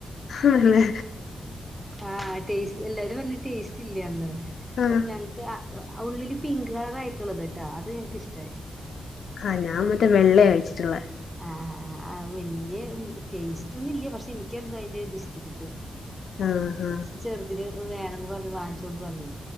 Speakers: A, on the left; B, in the centre.
A: ആണല്ലേ
B: ആഹ് ടേസ്റ്റ് എല്ലാരും പറഞ്ഞ് ടേസ്റ്റില്യാന്ന്
A: ആഹ്
B: പക്ഷെ ഞങ്ങക്ക് ആഹ് ആഹ് ഉള്ളില് പിങ്ക് കളറായിട്ടുള്ളത്ട്ടോ അത് ഇൻക്കിഷ്ട്ടായ്
A: ആഹ് ഞാൻ മറ്റേ വെള്ളയാ കഴിച്ചിട്ടിള്ളെ
B: ആഹ് ആഹ് ആഹ് വെല്യ ഉം ടേസ്റ്റൊന്നുല്ല്യാ പക്ഷെ എനിക്കെന്തോ അയ്ന്റെ ഇത് ഇഷ്ട്ടപ്പെട്ട്
A: ആഹ് ആഹ്
B: ചെറുതിന് വേണന്ന് പറഞ്ഞ് വാങ്ങിച്ചോണ്ട് വന്നേ